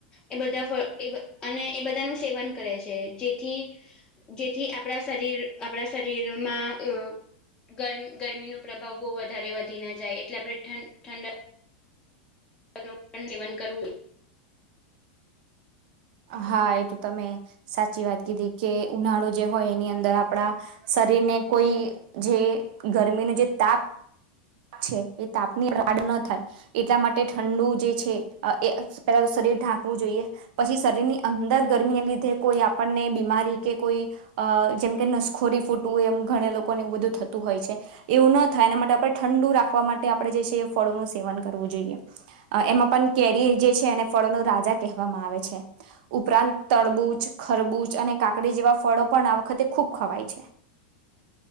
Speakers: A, on the left (about 15°); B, on the right (about 60°).
A: એ બધા ફ એ અને એ બધાનું સેવન કરે છે જેથી જેથી આપણા શરીર આપણા શરીરમાં અ ગરમી ગરમીનું પ્રભાવ બો વધારે વધી ના જાય એટલે આપણે ઠંડ ઠંડા. ઠંડા પાણી નું સેવન કરવું એ
B: હા એ તો તમે સાચી વાત કીધી કે ઉનાળો જે હોય એની અંદર આપણા શરીરને કોઈ જે ગરમીનો જે તાપ છે એ તાપ ની વાડ ન થાય. એટલા માટે ઠંડુ જે છે એ પેલા તો શરીર ઢાંકવું જોઈએ. પછી શરીરની અંદર ગરમીને લીધે કોઈ આપણ ને બીમારી કે કોઈ અ જેમ કે નસખોરી ફૂટવું એમ ઘણા લોકોને એવુ બધું થતું હોય છે એવું ન થાય એના માટે આપડે ઠંડુ રાખવા માટે આપણે જે છે એ ફળોનું સેવન કરવું જોઈએ. એમાં પણ કેરી એ જે છે એને ફળો નો રાજા કહેવામાં આવે છે. ઉપરાંત તરબૂચ, ખરબૂચ અને કાકડી જેવા ફળો પણ આ વખતે ખૂબ ખવાય છે.